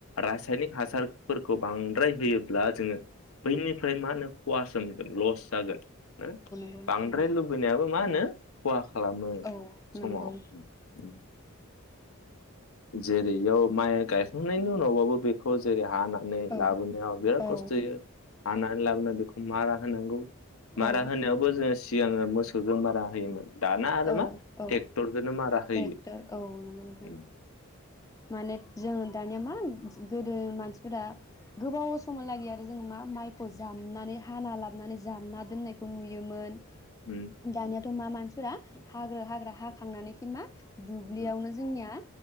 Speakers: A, on the left; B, on the left.
A: रासायनिक हासार फोरखौ बांद्राय होयो ब्ला जोङो बैनिफ्राय मा होनो ख'हासो लस जागोन ओ
B: नोंथां
A: बांद्राय लुबैनायाबो मा होनो खहा खालामो
B: औ नंगौ
A: समाव । जेरै इयाव माइ गायखांनायनि उनावबाबो बेखौ जेरै हाना नै
B: औ
A: लाबोनायाव बिराद
B: औ
A: खस्थ' होयो, हानानै लाबोना बेखौ मारा होनांगौ
B: औ
A: मारा होनायावबो जोङो सिगाङो मोसौजों मारा होयोमोन दाना आरो
B: औ
A: मा ट्रेक्टरजोंनो
B: औ
A: मारा होयो
B: टेक्टर औ नंगौ नोंथां
A: उम
B: माने जोङो दानिया मा <unintelligible> गोदो मानसिफोरा गोबाव समलागै आरो जोंङो मा माइखौ जामनानै हाना लाबानै जामना दोननायखौ नुयोमोन।
A: उम
B: दानिया दम मा मानसिफोरा हाग्रा हाग्रा हाखांनानैखि मा दुब्लियावनो
A: उम
B: जोंनिया